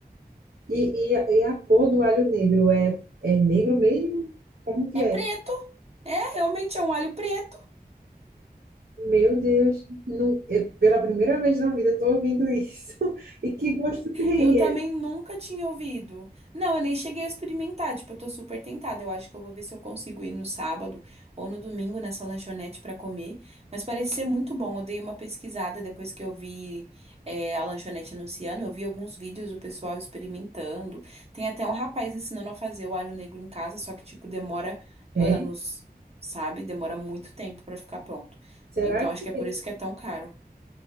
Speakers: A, on the right (about 75°); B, on the right (about 40°).
A: E, e, a, e a cor do alho negro é, é negro mesmo? Como que
B: É
A: é?
B: preto. É, realmente é um alho preto.
A: Meu Deus, não, eu- pela primeira vez na vida eu tô ouvindo isso. <laughs> E que gosto tem?
B: Eu também
A: É,
B: nunca tinha ouvido. Não, eu nem cheguei a experimentar. Tipo, eu tô super tentada. Eu acho que eu vou ver se eu consigo ir no sábado ou no domingo nessa lanchonete pra comer. Mas parece ser muito bom. Eu dei uma pesquisada depois que eu vi, é, a lanchonete anunciando. Eu vi alguns vídeos do pessoal experimentando. Tem até um rapaz ensinando a fazer o alho negro em casa, só que, tipo, demora
A: sério?
B: anos, sabe? Demora muito tempo pra ficar pronto.
A: Será
B: Então, acho
A: que
B: que é
A: ele,
B: por isso que é tão caro.